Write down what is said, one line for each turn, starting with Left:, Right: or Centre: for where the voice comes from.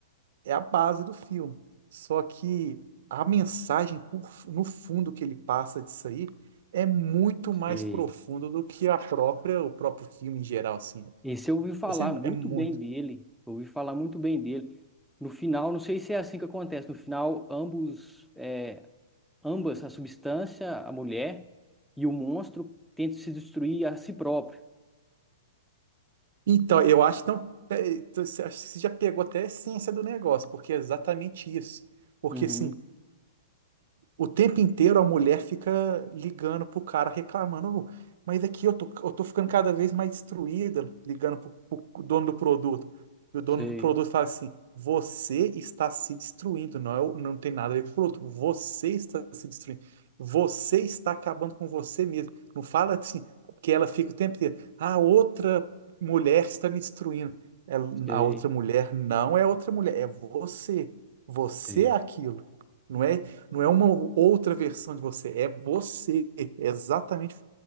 Right: é a base do filme. Só que a mensagem por- no fundo que ele passa disso aí é muito mais
Centre: sei.
Right: profunda do que a própria, o próprio filme em geral, assim.
Centre: Esse eu ouvi falar
Right: Esse é,
Centre: muito
Right: é muito.
Centre: bem dele. Eu ouvi falar muito bem dele. No final, não sei se é assim que acontece. No final, ambos é, Ambas, a substância, a mulher e o monstro, tentam se destruir a si próprio.
Right: Então, eu acho que não, é, então, você acho que você já pegou até a essência do negócio, porque é exatamente isso. Porque,
Centre: Uhum.
Right: assim, O tempo inteiro a mulher fica ligando pro cara, reclamando, "Ô, mas aqui eu tô, eu tô ficando cada vez mais destruída, ligando pro, pro dono do produto. E o dono
Centre: Sei,
Right: do produto fala assim: você está se destruindo, não, é o- não tem nada a ver com o produto, você está se destruindo. Você está acabando com você mesmo. Não fala assim, que ela fica o tempo inteiro. A outra mulher está me destruindo. Ela-
Centre: sei,
Right: a outra mulher não é outra mulher, é você. Você
Centre: sei,
Right: é aquilo. Não é não é uma outra versão de você, é você. É exatamente